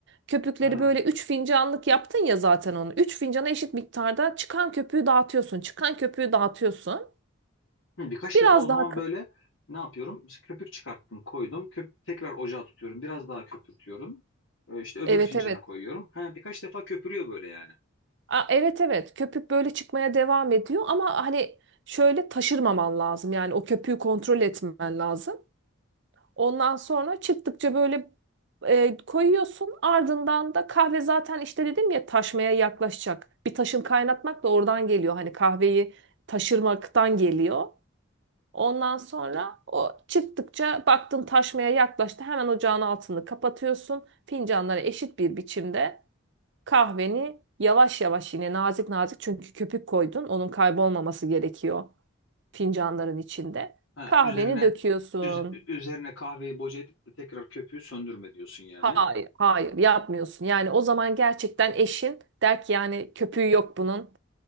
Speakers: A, on the right; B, on the left.
A: Köpükleri
B: Ha.
A: böyle 3 fincanlık yaptın ya zaten onu. 3 fincana eşit miktarda çıkan köpüğü dağıtıyorsun. Çıkan köpüğü dağıtıyorsun.
B: Hı, birkaç
A: Biraz
B: defa o zaman
A: daha k-
B: böyle ne yapıyorum? İşte Köpük çıkarttım, koydum. Köp tekrar ocağa tutuyorum. Biraz daha köpürtüyorum. E, işte öbür
A: evet
B: fincana
A: evet.
B: koyuyorum. Ha, birkaç defa köpürüyor böyle yani.
A: A, evet evet. Köpük böyle çıkmaya devam ediyor ama hani şöyle taşırmaman lazım. Yani o köpüğü kontrol etmen lazım. Ondan sonra çıktıkça böyle e, koyuyorsun. Ardından da kahve zaten işte dedim ya taşmaya yaklaşacak. Bir taşın kaynatmak da oradan geliyor. Hani kahveyi taşırmaktan geliyor. Ondan sonra o çıktıkça baktın taşmaya yaklaştı. Hemen ocağın altını kapatıyorsun. Fincanları eşit bir biçimde. Kahveni yavaş yavaş yine nazik nazik çünkü köpük koydun. Onun kaybolmaması gerekiyor fincanların içinde.
B: Ha,
A: Kahveni
B: üzerine
A: döküyorsun.
B: üz- üzerine kahveyi boca edip de tekrar köpüğü söndürme diyorsun yani.
A: Hayır, hayır yapmıyorsun. Yani o zaman gerçekten eşin der ki yani köpüğü yok bunun.